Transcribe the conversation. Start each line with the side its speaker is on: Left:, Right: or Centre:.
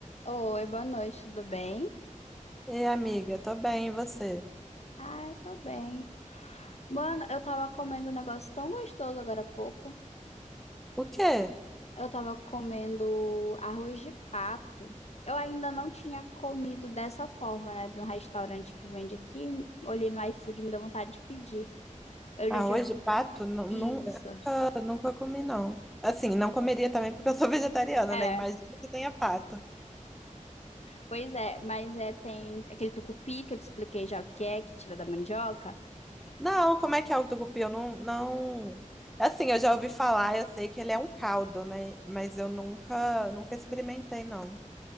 Left: Oi, boa noite, tudo bem?
Centre: E amiga, tô bem, e você?
Left: Ah, eu tô bem. Mano, eu tava comendo um negócio tão gostoso agora há pouco.
Centre: O quê?
Left: Eu tava comendo arroz de pato. Eu ainda não tinha comido dessa forma, né? De um restaurante que vende aqui. Olhei no iFood, me deu vontade de pedir. Eu
Centre: Arroz
Left: já tinha.
Centre: de pato? Não,
Left: Isso.
Centre: não, eu nunca comi, não. Assim, não comeria também porque eu sou <laughs> vegetariana,
Left: É,
Centre: né? Imagina que tenha pato.
Left: pois é, mas é, tem aquele tucupi que eu te expliquei já o que é, que tira da mandioca.
Centre: Não, como é que é o tucupi? Eu não, não... Assim, eu já ouvi falar, eu sei que ele é um caldo, né? Mas eu nunca, nunca experimentei, não.